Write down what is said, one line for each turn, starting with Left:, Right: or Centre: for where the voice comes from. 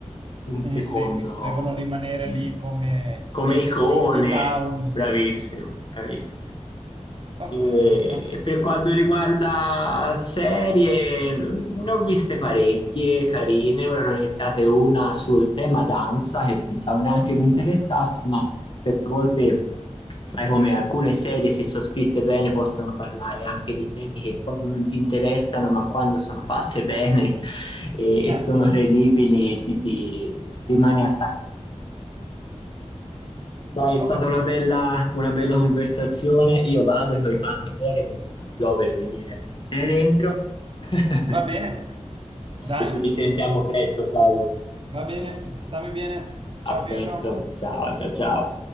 Left: un secondo
Right: un seguito, devono rimanere
Left: eh,
Right: lì come
Left: come
Right: es-
Left: icone.
Right: entità uniche.
Left: Bravissimo, bravissimo. E
Right: Ok, ok,
Left: e per quanto riguarda serie, n- ne ho viste parecchie carine. Ora ne ho iniziate una sul tema danza che pensavo neanche mi interessasse, ma certe volte sai come alcune serie, se sono scritte bene, possono parlare anche di temi che proprio non ti interessano, ma quando sono fatte bene <laughs> e, e
Right: eh,
Left: sono
Right: sì,
Left: credibili,
Right: sì, sì.
Left: ti, ti rimani attaccato. Dai, è
Right: Ho
Left: stata
Right: capito.
Left: una bella, una bella conversazione. Io vado che ho i panni fuori, inizia a piovere, quindi li devo mettere dentro. <laughs>
Right: Va bene, dai,
Left: E ci risentiamo presto, Flavio.
Right: va bene, stammi bene. Ciao
Left: A presto.
Right: Pietro.
Left: Ciao, ciao, ciao.